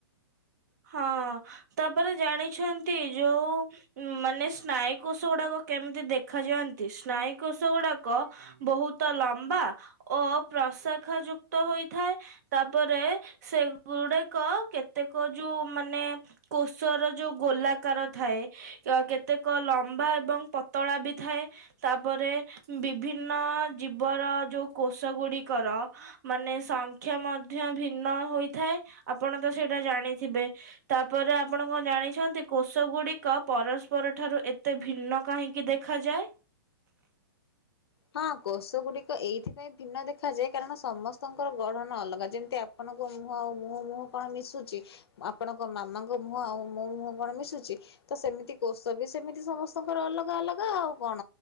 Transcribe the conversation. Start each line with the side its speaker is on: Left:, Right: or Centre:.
Right: ହଁ ତାପରେ ଜାଣିଛନ୍ତି ଯୋଉ ଉ ମାନେ ସ୍ନାୟୁକୋଶ ଗୁଡାକ କେମିତି ଦେଖାଯାଆନ୍ତି ସ୍ନାୟୁକୋଶ ଗୁଡାକ ବହୁତ ଲମ୍ବା ଓ ପ୍ରଶାଖା ଯୁକ୍ତ ହୋଇଥାଏ। ତାପରେ ସେଗୁଡାକ କେତେକ ଯୋଉ ମାନେ କୋଷର ଯୋଉ ଗୋଲାକାର ଥାଏ। ତ କେତେକ ଲମ୍ବା ଏବଂ ପତଳା ବି ଥାଏ। ତାପରେ ବିଭିନ୍ନ ଜୀବର ଯୋଉ କୋଷ ଗୁଡିକର ମାନେ ସଂଖ୍ୟା ମଧ୍ୟ ଭିନ୍ନ ହୋଇଥାଏ। ଆପଣ ତ ସେଇଟା ଜାଣିଥିବେ। ତାପରେ ଆପଣ କଣ ଜାଣିଛନ୍ତି କୋଷ ଗୁଡିକ ପରସ୍ପର ଠାରୁ ଏତେ ଭିନ୍ନ କାହିଁକି ଦେ ଦେଖାଯାଏ?
Left: ହଁ କୋଷ ଗୁଡିକ ଏଇଥିପାଇଁ ଭିନ୍ନ ଦେଖାଯାଏ କାରଣ ସମସ୍ତଙ୍କର ଗଢନ ଅଲଗା। ଯେମିତି ଆ ଆପଣଙ୍କ ମୁହଁ ଆଉ ମୋ ମୁହଁ କଣ ମିଶୁଚି। ଆପଣଙ୍କ ମାମାଙ୍କ ମୁହଁ ଆଉ ମୋ ମୁହଁ କଣ ମିଶୁଚି। ତ ସେମିତି କୋଷ ବି ସେମିତି ସମସ୍ତଙ୍କର ଅଲଗା, ଅଲଗା। ଆଉ କଣ